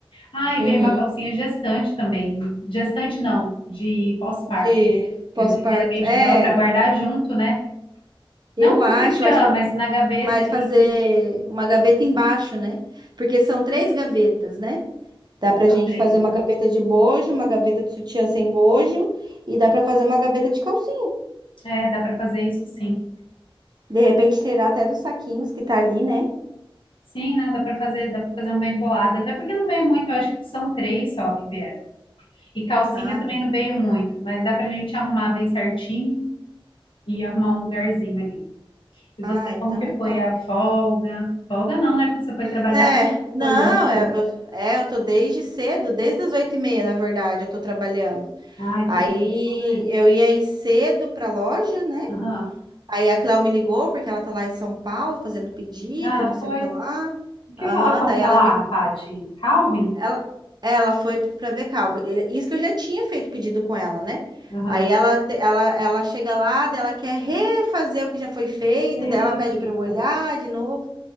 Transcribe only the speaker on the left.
Ah, e
vem uma calcinha gestante também. Gestante não, de pós-par.
Então, De repente
dava para guardar junto, né?
Não com
sutiã,
mas na gaveta
ali,
são
três.
né?
É, dá para fazer isso sim.
Sim, não, dá para fazer, dá para fazer um bem bolado, até porque não vem muito, eu acho que são três só que vieram. E calcinha
também não veio muito, mas dá pra gente arrumar bem certinho e arrumar um lugarzinho ali. E
você,
como que
foi a folga? Folga não, né? Porque você foi trabalhar.
<laughs>
Foi ontem.
Ai,
que bênção, né?
Aham.
Ela
foi.
O que
que ela compra
lá,
Paty? Calvin?
Aham.
Ei,
misericórdia.